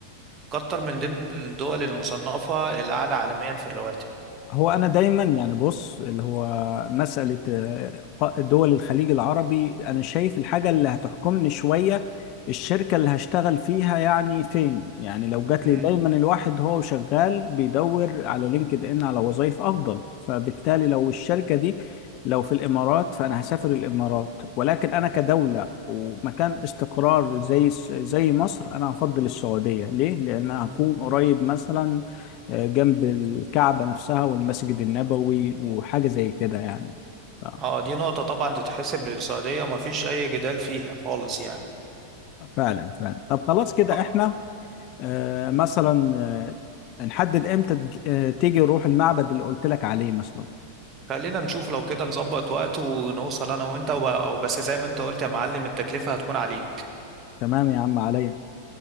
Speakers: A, on the right (about 30°); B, on the left (about 40°).
A: قطر من ضمن الدول المصنفة الأعلى عالميا في الرواتب
B: هو انا دايما يعني بص اللي هو مساله آه، ق- دول الخليج العربي انا شايف الحاجه اللي هتحكمني شويه الشركه اللي هشتغل فيها يعني فين يعني لو جات
A: مم.
B: لي دايما الواحد هو شغال بيدور على لينكد ان على وظائف افضل فبالتالي لو الشركه دي لو في الامارات فانا هسافر الامارات ولكن انا كدوله ومكان استقرار زي الس- زي مصر انا هفضل السعوديه ليه لان هكون
A: مم.
B: قريب مثلا آه، جنب الكعبة نفسها والمسجد النبوي وحاجة زي كده يعني ف-
A: اه دي نقطة طبعا تتحسب للسعودية ومفيش أي جدال فيها خالص يعني
B: فعلا فعلا طب خلاص كده
A: آه،
B: احنا آه، مثلا آه، نحدد امتى تج- آه، تيجي نروح المعبد اللي قلت لك عليه مثلا
A: خلينا نشوف لو كده نظبط وقت ونوصل أنا وأنت وب... بس زي ما أنت قلت يا معلم التكلفة هتكون عليك
B: تمام يا عم عليا